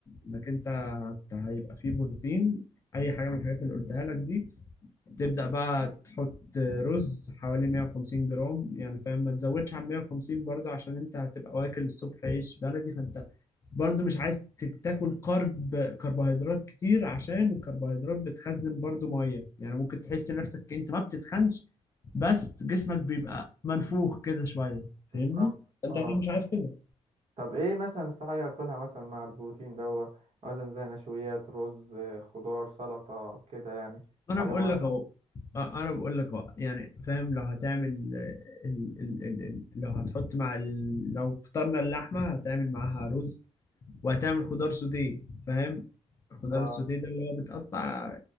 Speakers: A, on the left (about 25°); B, on the right (about 55°).
A: انك انت هت- هيبقى فيه بروتين اي حاجة من الحاجات اللي قلتها لك دي تبدأ بقى تحط رز حوالي 150 جرام يعني فاهم ما تزودش عن 150 برضه عشان انت هتبقى واكل الصبح عيش بلدي فانت برضه مش عايز ت- تاكل كرب كربوهيدرات كتير عشان الكربوهيدرات بتخزن برضه مية يعني ممكن تحس نفسك انت ما بتتخنش بس جسمك بيبقى منفوخ كده شوية فاهمني
B: بالظبط
A: انت
B: اه
A: اكيد مش عايز كده
B: طب ايه مثلا في حاجة اكلها مثلا مع البروتين دوا مثلا زي نشويات رز آه، خضار سلطة كده يعني في
A: انا
B: حاجة
A: بقول
B: معينة
A: لك اهو أه، انا بقول لك اهو يعني فاهم لو هتعمل آه، ال... ال... ال... ال... لو هتحط مع ال... لو فطرنا اللحمة هتعمل معاها رز وهتعمل خضار سوتيه فاهم الخضار
B: اه
A: السوتيه ده اللي هو بتقطع